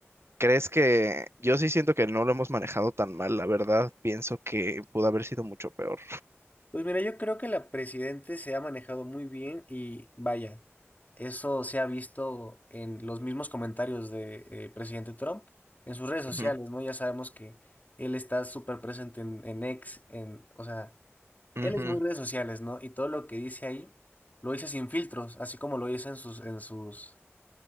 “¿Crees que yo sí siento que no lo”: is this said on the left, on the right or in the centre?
Right